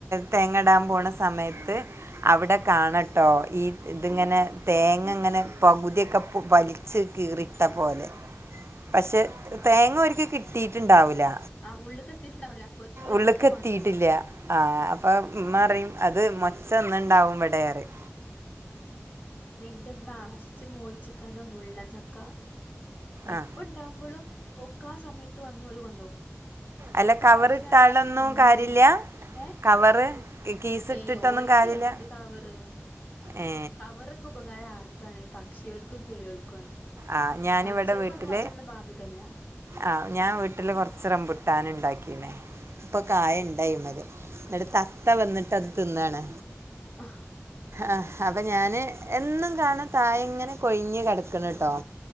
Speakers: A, on the right; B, on the left.
A: തേങ്ങടാ പോണ സമയത്ത് അവിടെ കാണട്ടോ ഈ ഇതിങ്ങനെ തേങ്ങ ഇങ്ങനെ പകുതിയൊക്കെ വലിച്ചച്ച് കീറിട്ട പോലെ പക്ഷെ തേങ്ങ ഒരീക്ക് കിട്ടിട്ടുണ്ടാവൂല ല
B: ആഹ് ഉള്ള്ക്ക് എത്തിയിട്ടുണ്ടാവില്ല അപ്പോത്തിന് ഓല്
A: ഉള്ള
B: ഇട്ടിട്ട്
A: എത്തിട്ടില്ല
B: മണ്ടും
A: ആ അപ്പം ഉമ്മറയും അത് മൊച്ചന്നുണ്ടാവും വിടെ പറിം
B: പിന്നെ എന്റെമ്മ ആ വച്ച മോയിച്ചക്കണ്ട് മുള്ളൻചക്ക എപ്പ
A: ആ
B: ഉണ്ടാവുമ്പോളും. പൊക്കാ സമയത്ത് വന്നോര് കോണ്ടോവും
A: അല്ല
B: ഇപ്രാവശ്യമാണ്
A: കവർ ഇട്ടാലൊന്നും
B: ഞങ്ങ തിന്നണന്നെ
A: കാര്യമില്ല
B: ഏ
A: കവറ് കീസ്
B: ഏയ്
A: ഇട്ടിട്ടൊന്നും
B: ഓലിക്ക്
A: കാര്യമില്ല
B: എന്ത് കവറ്
A: ഏ
B: കവറൊക്കെ ഉപകാരം ആർക്ക കാണ പാക്ഷികൾക്ക്കും കിളികൾകും
A: ആ ഞാനിവിടെ
B: മച്ചക്കൊന്നും
A: വീട്ടിൽ
B: അതൊന്നും ബാധകമല്ല
A: ആ ഞാൻ വീട്ടില് കുറച് റംബുട്ടാൻ ഉണ്ടാക്കീണേ ഇപ്പൊ കായുണ്ടായി മര് എന്നിട്ട് തത്ത വന്നിട്ട് അത് തിന്നാണ്
B: ആഹ്
A: ആഹ് അപ്പൊ ഞാന് എന്നും കാണാൻ തായ ഇങ്ങനെ കൊഴിഞ്ഞ് കിടക്കണട്ടോ